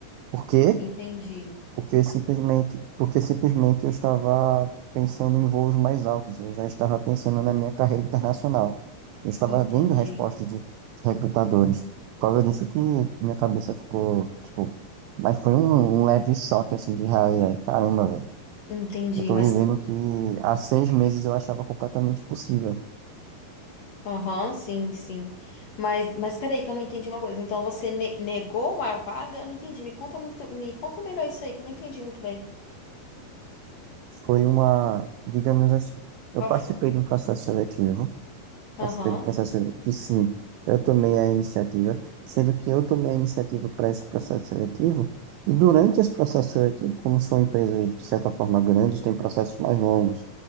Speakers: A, on the right; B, on the left.
A: Por quê?
B: Entendi,
A: porque simplesmente, porque simplesmente eu estava pensando em voos mais altos, eu já estava pensando na minha carreira internacional. Eu estava
B: entendi.
A: vendo respostas de, de recrutadores. Por causa disso que, que minha cabeça ficou, tipo, mas foi um, um leve choque assim de realidade. Caramba, velho.
B: Entendi,
A: Eu tô
B: mas
A: vivendo o que há seis meses eu achava completamente possível.
B: Aham, sim, sim. Mas, mas peraí que eu não entendi uma coisa. Então você ne- negou uma vaga? Eu não entendi. Me conta muito, me conta melhor isso aí, que eu não entendi muito bem.
A: Foi uma, digamos assim, eu
B: Vai
A: participei
B: falar.
A: de um processo seletivo passo
B: Aham,
A: pelo processo seletivo. Sim, eu tomei a iniciativa, sendo que eu tomei a iniciativa para esse processo seletivo, e durante esse processo seletivo, como são empresas de certa forma grandes, têm processos mais longos.